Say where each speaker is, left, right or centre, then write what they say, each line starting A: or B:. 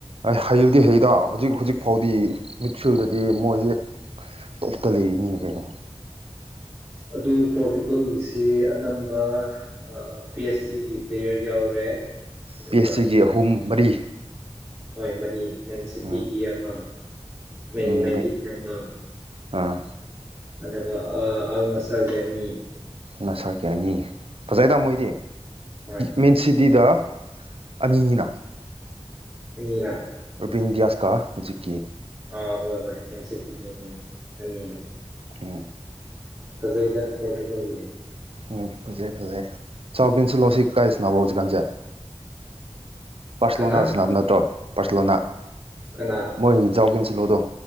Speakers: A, on the right (about 60°); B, on the right (about 25°).
A: ꯑ ꯍꯩꯕꯨꯗꯤ ꯍꯩꯗ ꯍꯧꯖꯤꯛ ꯍꯧꯖꯤꯛ ꯐꯥꯎꯗꯤ ꯃꯤꯠꯁꯤꯜꯗꯗꯤ ꯃꯣꯏꯁꯦ ꯇꯣꯞꯇ ꯂꯩꯔꯤ ꯃꯤꯅꯦ ꯀꯩꯅꯣ
B: ꯑꯗꯨ ꯄꯣꯔꯇꯨꯒꯜꯒꯤꯁꯤ ꯑꯅꯝꯕ ꯑ ꯄꯤ ꯑꯩꯆ ꯗꯤꯒꯤ ꯄ꯭ꯂꯦꯌꯔ ꯌꯥꯎꯔꯦ ꯑꯗꯨꯒ
A: ꯄꯦꯁꯤꯒꯤ ꯑꯍꯨꯝ ꯃꯔꯤ
B: ꯍꯣꯏ ꯃꯔꯤ ꯃꯦꯟ ꯁꯤꯇꯤꯒꯤ
A: ꯎꯝ
B: ꯑꯃꯝ ꯃꯦꯟ
A: ꯎꯝ
B: ꯌꯨꯅꯥꯏꯇꯦꯠ ꯑꯃ
A: ꯑꯥ
B: ꯑꯗꯕ ꯑꯜꯅꯥ ꯁꯥꯎꯖꯥꯅꯤ
A: ꯃꯁꯥꯒꯤ ꯑꯅꯤ ꯐꯖꯅꯥ ꯅꯝꯃꯣꯗꯤ
B: ꯍꯣꯏ
A: ꯃꯦꯟꯁꯤꯇꯤꯗ ꯑꯅꯤꯅꯤꯅ
B: ꯑꯅꯤꯔꯥ
A: ꯕꯤꯟꯗꯤꯌꯥꯁ ꯀꯥ ꯍꯧꯖꯤꯛ
B: ꯑꯥ ꯍꯣꯏ ꯍꯣꯏ ꯅꯨꯡꯁꯤꯠꯇ ꯎꯝ ꯑꯅꯤꯅꯤ
A: ꯎꯝ
B: ꯐꯖꯩꯗ ꯀꯣꯡꯒꯤꯗꯤ
A: ꯎ ꯐꯖꯩ ꯐꯖꯩ ꯆꯥꯎꯀꯦꯟꯁꯤꯜꯂꯣ ꯁꯤ ꯀꯥꯏꯁꯤ ꯅꯥꯕ꯭ꯔꯣ ꯍꯧꯖꯤꯛꯀꯥꯟꯁꯦ ꯄꯔꯁꯂꯣꯅꯥ
B: ꯀꯅꯥ
A: ꯁꯥꯅꯕꯥ ꯅꯠꯇꯔꯣ ꯄꯔꯁꯂꯣꯅꯥ
B: ꯀꯅꯥ
A: ꯃꯣꯏ ꯖꯥꯎ ꯒꯤ ꯆꯂꯣꯗꯣ